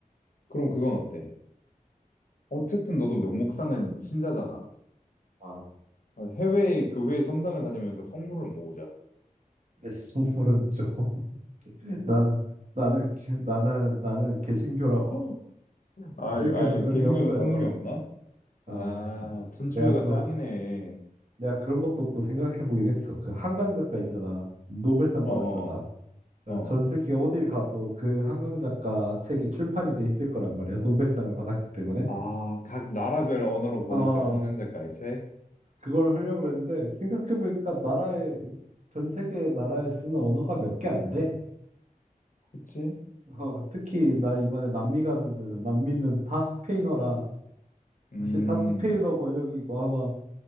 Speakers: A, on the left; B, on the right.
A: 그럼 그건 어때? 어쨌든 너도 명목상은 신자잖아.
B: 아,
A: 어, 해외 교회 성당을 다니면서 성물을 모으자.
B: 내 식물은 좀 <laughs> 나는 나는 나는 나는 개신교라고.
A: <laughs> 아이,
B: 신경은
A: 아이,
B: 그런
A: 개신교는
B: 게 없어요.
A: 성물이 없나?
B: 어,
A: 아, 천주교가
B: 내가 또,
A: 짱이네.
B: 내가 그런 것도 또 생각해 보긴 했어. 그 한강 작가 있잖아. 노벨상
A: 어,
B: 받았잖아.
A: 어,
B: 어,
A: 어, 어.
B: 전 세계 어딜 가도 그 한강 작가 책이 출판이 돼 있을 거란 말이야. 노벨상을 받았기 때문에.
A: 아, 각 나라별 언어로 번역된
B: 아,
A: 한강 작가의 책?
B: 그걸 하려고 그랬는데, 생각해 보니까 나라에, 전 세계 나라에 쓰는 언어가 몇 개 안 돼.
A: 그치?
B: 어, 특히 나 이번에 남미 가는 데는 남미는 다 스페인어라
A: 음,
B: 사실 다 스페인어 번역이고 아마